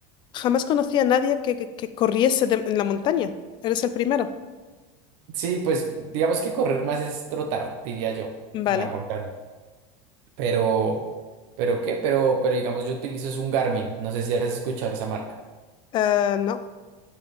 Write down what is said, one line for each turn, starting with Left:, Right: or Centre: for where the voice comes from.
Left: jamás conocí a nadie que, que, que corriese de- en la montaña. Eres el primero.
Right: Sí, pues digamos que correr más es trotar, diría yo,
Left: Vale.
Right: en la montaña. Pero, ¿pero qué? Pero, pero digamos, yo utilizo es un Garmin. No sé si has escuchado esa marca.
Left: Eh, no.